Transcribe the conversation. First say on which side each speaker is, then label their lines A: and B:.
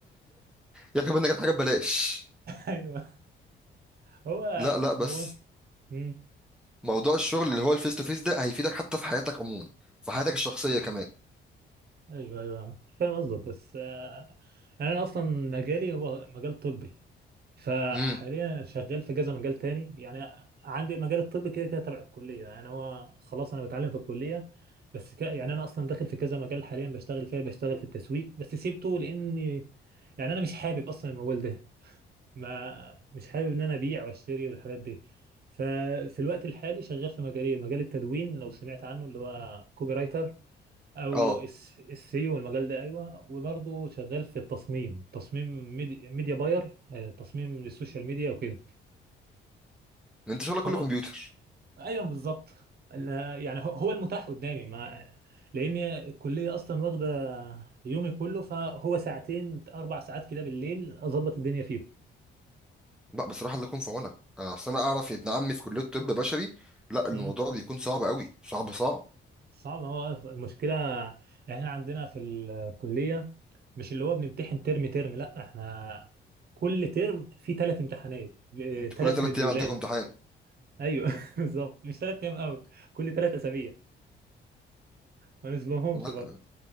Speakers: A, in the centre; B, on the right.
A: يا اخي منك الحاجه ببلاش
B: أيوه هو
A: لا لا بس
B: هو مم.
A: موضوع الشغل اللي هو الفيس تو فيس ده هيفيدك حتى في حياتك عموما في حياتك الشخصيه كمان
B: أيوه أيوه فاهم قصدك بس آه، يعني أنا أصلا مجالي هو مجال طبي فحاليا
A: امم
B: شغال في كذا مجال تاني يعني عندي المجال الطبي كده كده تبع الكلية يعني هو خلاص أنا بتعلم في الكلية بس ك... يعني أنا أصلا داخل في كذا مجال حاليا بشتغل فيها بشتغل في التسويق بس سيبته لأني يعني أنا مش حابب أصلا المجال ده ما مش حابب إن أنا أبيع وأشتري والحاجات دي ففي الوقت الحالي شغال في مجالي مجال التدوين لو سمعت عنه اللي هو كوبي رايتر او
A: اه
B: الس- السيو والمجال ده ايوه وبرضه شغال في التصميم تصميم ميدي- ميديا باير آه، تصميم للسوشيال ميديا وكده
A: انت شغلك
B: فهو
A: كله كمبيوتر
B: ايوه بالظبط أنا- يعني هو هو المتاح قدامي مع لان الكليه اصلا واخده يومي كله فهو ساعتين اربع ساعات كده بالليل اظبط الدنيا فيه
A: لا بصراحه الله يكون في عونك آه، اصل انا اعرف ابن عمي في كليه طب بشري لا الموضوع
B: مم.
A: بيكون صعب قوي صعب صعب
B: صعب هو المشكله يعني احنا عندنا في الكليه مش اللي هو بنمتحن ترم ترم لا احنا كل ترم فيه ثلاث امتحانات
A: انت كل
B: ثلاث
A: ثلاث
B: مديولات
A: ايام عندك امتحان
B: ايوه <laughs> بالظبط مش ثلاث ايام قوي كل ثلاث اسابيع ما نزلوهمش
A: لا
B: برضه